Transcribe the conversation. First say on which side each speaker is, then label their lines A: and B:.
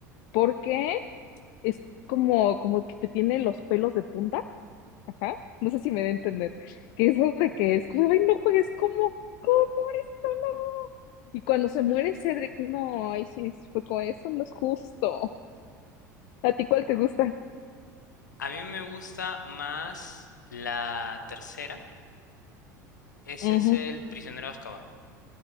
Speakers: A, on the left; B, on the left.
A: porque es como, como que te tiene los pelos de punta. Ajá. No sé si me da a entender. Que eso de que es como, ay, no juegues como, como pobrecito, no. Y cuando se muere Cedric, no, ay, sí, fue con eso, no es justo. ¿A ti cuál te gusta?
B: A mí me gusta más la tercera. Ese
A: Ujú,
B: es el Prisionero de Azkaban.